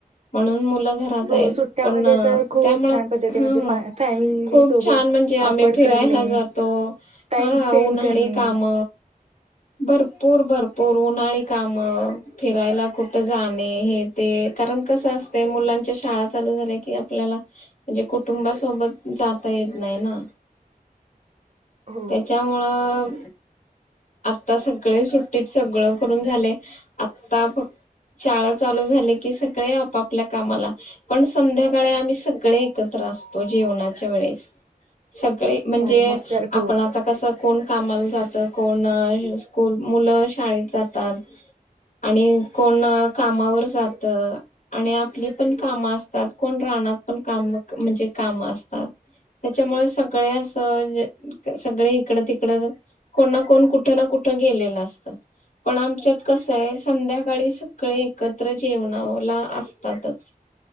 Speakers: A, on the left; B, on the right.
A: म्हणून मुलं घरात
B: हो,
A: आहेत
B: सुट्ट्यामध्ये
A: पण अ
B: तर खूप
A: त्यामुळं
B: छान पद्धती
A: हं
B: म्हणजे पा फॅमिली
A: खूप
B: सोबत
A: छान म्हणजे आम्ही
B: वापड
A: फिरायला
B: करणे,
A: जातो,
B: टाइम
A: हां
B: स्पेंड
A: उन्हाळी
B: करणे.
A: काम भरपूर भरपूर ऊन उन्हाळी काम, फिरायला कुठं जाणे हे ते कारण कसं असतंय मुलांच्या शाळा चालू झाल्या कि आपल्याला म्हणजे कुटुंबासोबत जाता येत नाही ना.
B: हो,
A: त्याच्यामुळं आता सगळे सुट् तेच सगळं करून झालय, आता फक शाळा चालू झाले की सगळे आपापल्या कामाला पण संध्याकाळी आम्ही सगळे एकत्र असतो जेवणाच्या वेळेस. सगळे म्हंजे
B: हो. मग तर खूप
A: आपण आता कसं कोण कामाला जात कोण अ् हम्म स्कूल मुलं शाळेत जात असतात् आणि कोण कामावर जातं आणि आपली पण कामं असतात‌ कोण रानात पण काम म्हणजे काम असतात. त्याच्यामुळे सगळे असं सगळे इकडं तिकडं कोण ना कोण कुठे ना कुठं गेलेलं असत. पण आमच्यात कसं हाय संध्याकाळी सगळे एकत्र जेवणाला असतातच.